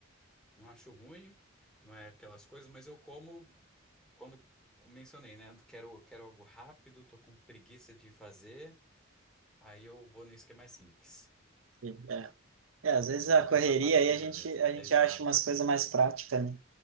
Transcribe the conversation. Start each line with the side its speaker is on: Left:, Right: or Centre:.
Centre: Não acho ruim, não é aquelas coisas, mas eu como quando eu mencionei, né? Quero, quero algo rápido, tô com preguiça de fazer, aí eu vou nisso que é mais simples.
Right: Sim, é. É, às vezes
Centre: Mas
Right: a
Centre: vira
Right: correria
Centre: uma papinha
Right: aí a gente,
Centre: mesmo.
Right: a gente
Centre: É exato,
Right: acha umas coisas mais práticas, né?